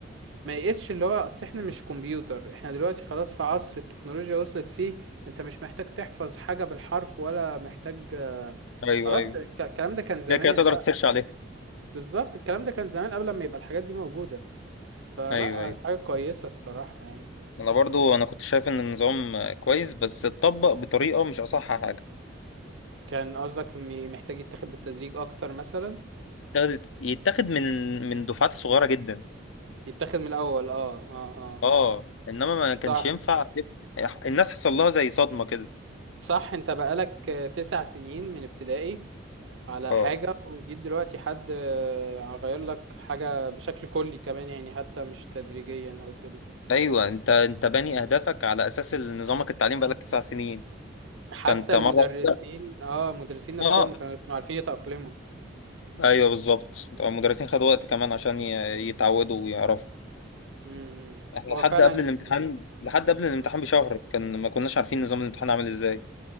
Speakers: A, on the right; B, on the left.
A: ما يقيسش اللي هو اصل احنا مش كمبيوتر احنا دلوقتي خلاص في عصر التكنولوجيا وصلت فيه انت مش محتاج تحفظ حاجه بالحرف ولا محتاج
B: ايوه
A: خلاص
B: ايوه
A: الك- الكلام ده كان زمان
B: كده كده تقدر
A: بقى
B: تسيرش عليه
A: بالظبط الكلام ده كان زمان قبل ما يبقى الحاجات دي موجوده فلا
B: ايوه ايوه
A: حاجه كويسه الصراحه يعني
B: انا برضو انا كنت شايف ان النظام آه، كويس بس اتطبق بطريقة مش اصح حاجة
A: كان قصدك م- محتاج يتاخد بالتدريج اكتر مثلا
B: يتاخد يتاخد من من دفعات صغيرة جدا
A: يتاخد من الاول اه اه اه
B: اه انما ما
A: صح
B: كانش ينفع الناس حصل لها زي صدمة كده
A: صح انت بقالك تسع سنين من ابتدائي على
B: اه
A: حاجة وجيت دلوقتي حد آه، غير لك حاجة بشكل كلي كمان يعني حتى مش تدريجيا او كده
B: ايوه انت انت باني اهدافك على اساس ال- نظامك التعليم بقالك تسع سنين
A: حتى
B: فانت مره
A: المدرسين
B: واحدة-
A: اه المدرسين
B: <laughs>
A: نفسهم
B: اه
A: ما كانوا عارفين يتأقلموا
B: ايوه بالظبط المدرسين خدوا وقت كمان عشان ي- يتعودوا ويعرفوا
A: امم
B: احنا
A: هو
B: لحد
A: فعلا
B: قبل الامتحان
A: كان
B: لحد قبل الامتحان
A: آه،
B: بشهر كان ما كناش عارفين نظام الامتحان عامل ازاي